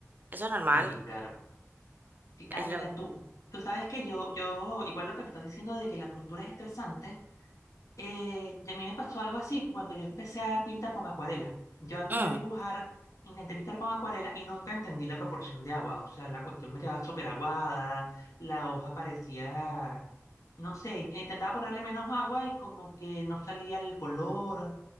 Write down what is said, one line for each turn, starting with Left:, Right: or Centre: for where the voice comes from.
Right: Eso es normal.
Left: Sí, claro. Sí, Ah,
Right: Es
Left: mira,
Right: lo...
Left: tú, tú sabes que yo, yo, igual lo que me estás diciendo de que la pintura es estresante. Eh, y a mí me pasó algo así cuando yo empecé a pintar con acuarela. Yo antes
Right: Mm.
Left: de dibujar intenté pintar con acuarela y nunca entendí la proporción de agua. O sea, la cuestión me quedaba súper aguada, la hoja parecía, no sé, intentaba ponerle menos agua y como que no salía el color.